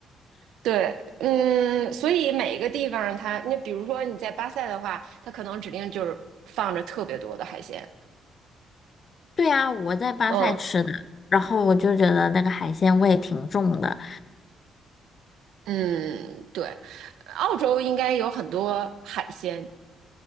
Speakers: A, on the right (about 80°); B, on the left (about 45°).
A: 对，嗯，所以每一个地方它，你比如说你在巴塞的话，它可能指定就是放着特别多的海鲜，
B: 对啊，我在巴塞吃的，
A: 嗯
B: 然后我就觉得那个海鲜味挺重的。
A: 嗯，对，澳洲应该有很多海鲜，